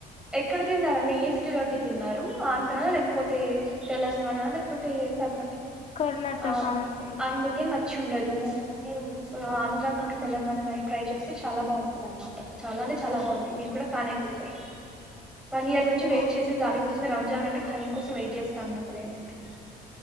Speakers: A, in the centre; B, on the left.
A: ఎక్కడ తిన్నారండి ఏ సిటీ లో అది తిన్నారు ఆంధ్రాలో లేకపోతే తెలంగాణ లేకపోతే కర్ణాటక
B: కర్ణాటక
A: ఆ
B: అండి
A: అందుకే నచ్చ ఉండదు మీరు ఆంధ్ర కానీ తెలంగాణ కానీ ట్రై చేస్తే చాలా బాగుంటదన్న మాట చాలా అంటే చాలా బాగుంటాయి మీరూ కూడా ఫ్యాన్ అయిపోతారు వన్ ఇయర్ నుంచి వెయిట్
B: ఓకే
A: చేసి దానికోసమే రంజాన్ అంటే హలీం కోసం వెయిట్ చేస్తాను అనమాట నేనైతే